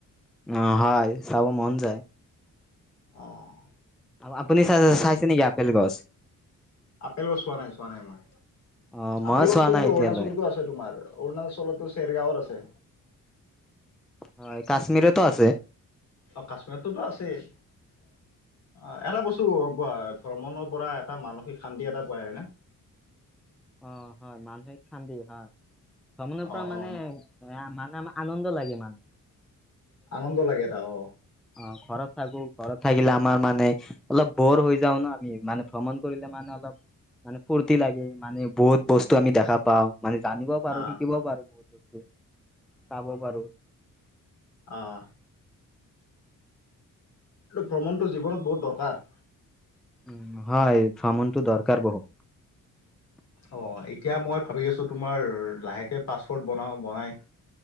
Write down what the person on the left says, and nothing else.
অ'।
আৰু
আপেল গছ চোৱা নাই চোৱা নাই মই।
আপেল
গছতো
কিন্তু
অৰুণাচলতো আছে, তোমাৰ অৰুণাচলতো চেৰ গাঁওত আছে।
অ' কাশ্মীৰতো আছে, অ' এটা বস্তু কোৱা ভ্ৰমণৰ পৰা এটা মানসিক শান্তি এটা পাই হয় নে?
অ
অ
আনন্দৰ লাগে‌ এটা অ'।
অ
আহ। টো ভ্ৰমণটো জীৱনত বহুত দৰকাৰ?
অ' এতিয়া মই ভাবি আছোঁ, তোমাৰ লাহেকে পাছপৰ্ট বনাওঁ, বনাই